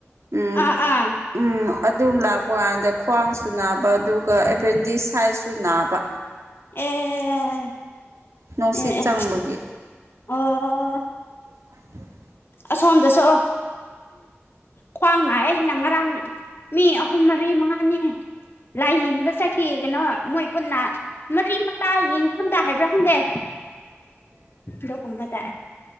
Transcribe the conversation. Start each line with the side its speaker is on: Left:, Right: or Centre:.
Right: ꯎꯝ
Left: ꯑꯥ ꯑꯥ
Right: ꯎꯝ꯫ ꯑꯗꯨꯝ ꯂꯥꯛꯄ ꯀꯥꯟꯗ ꯈ꯭ꯋꯥꯡꯁꯨ ꯅꯥꯕ ꯑꯗꯨꯒ ꯑꯦꯄꯦꯟꯗꯤꯛ ꯁꯥꯏꯖꯁꯨ ꯅꯥꯕ꯫
Left: ꯑꯦ꯫
Right: ꯅꯨꯡꯁꯤꯠ
Left: ꯑꯦ ꯑꯦ
Right: ꯆꯪꯕꯒꯤ꯫
Left: ꯑꯣ꯫
Right: ꯎꯝ꯫
Left: ꯑꯁꯣꯝꯗꯁꯣ ꯈ꯭ꯋꯥꯡꯅꯅ ꯉꯔꯥꯡ ꯃꯤ ꯑꯍꯨꯝ ꯃꯔꯤ ꯃꯉꯥꯅꯤ ꯂꯥꯏ ꯍꯤꯡꯕ ꯆꯈꯤ ꯀꯩꯅꯣ ꯃꯣꯏ ꯄꯨꯟꯅ ꯃꯔꯤ ꯃꯇꯥ ꯌꯦꯡꯐꯝꯗ ꯍꯥꯏꯕ꯭ꯔꯥ ꯈꯪꯗꯦ ꯗꯣ ꯀꯝꯕꯗ꯫